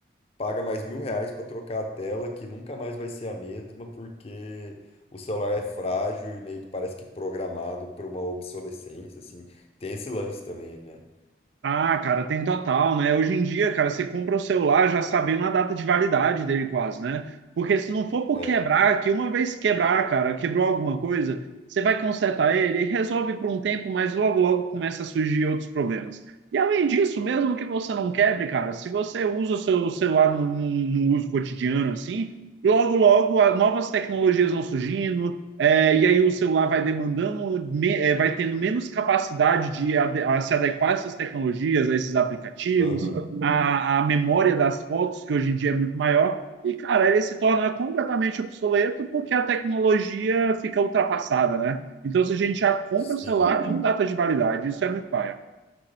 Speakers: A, on the left; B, on the right.
A: paga mais mil reais para trocar a tela, que nunca mais vai ser a mesma, porque o celular é frágil e meio que parece que programado para uma obsolescência, assim. Tem esse lance também, né?
B: Ah, cara, tem total, né? Hoje em dia, cara, você compra o celular já sabendo a data de validade dele quase, né? Porque se não for por
A: É.
B: quebrar, que uma vez quebrar, cara, quebrou alguma coisa, você vai consertar ele e resolve por um tempo, mas logo, logo começa a surgir outros problemas. E além disso, mesmo que você não quebre, cara, se você usa o seu celular no, no, no uso cotidiano, assim, logo, logo, a- novas tecnologias vão surgindo, é, e aí o celular vai demandando, me, é, vai tendo menos capacidade de ade a se adequar a essas tecnologias, a esses aplicativos,
A: Aham.
B: a, a memória das fotos, que hoje em dia é muito maior, e, cara, ele se torna completamente obsoleto porque a tecnologia fica ultrapassada, né? Então, se a gente já compra
A: Sim.
B: o celular com data de validade, isso é muito paia.